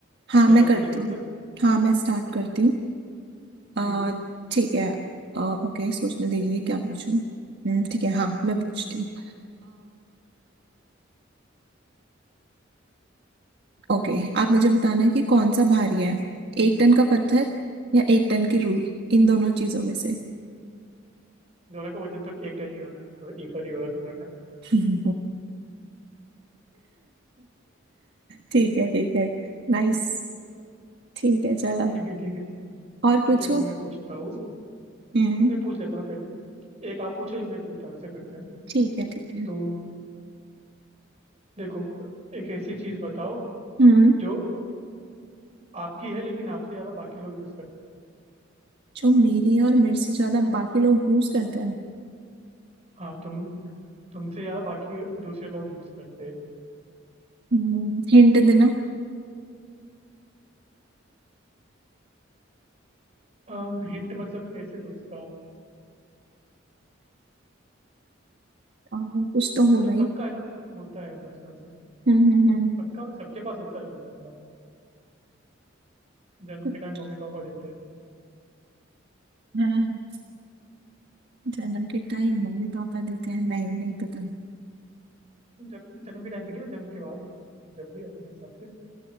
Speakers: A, on the right; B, on the right.
A: हाँ
B: पहले
A: मैं
B: आप
A: करती
B: पूछ रहे हो
A: हूँ
B: क्या
A: हाँ मैं स्टार्ट करती हूँ अ,
B: ठीक
A: ठीक है अ, ओके सोचने दीजिए क्या पूछूं हम्म, ठीक है हाँ मैं पूछती हूँ ओके आप मुझे बताना कि कौन सा भारी है एक टन का पत्थर या एक टन की रुई इन दोनों चीजों में से
B: दोनों का वजन तो एक टन ही होगा तो इक्वल ही होगा दोनों का
A: <laughs> ठीक है ठीक है नाइस ठीक है चलो
B: ठीक है ठीक है
A: और पूछो
B: ठीक है अभी मैं पूछता हूँ
A: हम्म
B: मैं पूछ लेता हूँ पहले एक आप पूछो एक मैं पूछता हूँ ऐसे करते हैं
A: ठीक है ठीक है
B: तो देखो एक ऐसी चीज बताओ
A: हम्म
B: जो आपकी है लेकिन आपसे ज्यादा बाकी लोग यूज
A: जो मेरे और
B: करते
A: मेरे
B: हैं
A: से ज्यादा बाकी लोग यूज करते हैं
B: हाँ तुम तुमसे ज्यादा बाकी दूसरे लोग यूज करते
A: हम्म हिंट देना
B: हैं हिंट मतलब कैसे दोस्ता
A: और कुछ तो होगा
B: मतलब
A: ही
B: सबका है ना होता है मतलब
A: हम्म हम्म हम्म
B: सबका सबके पास होता है वो मतलब जन्म
A: कुछ-
B: के टाइम मम्मी पापा देते हैं
A: हाँ। जन्म के टाइम मम्मी पापा देते हैं नहीं नहीं पता
B: जन्म जन्म के टाइम पे नहीं बस जन्म के बाद जब भी अपने हिसाब से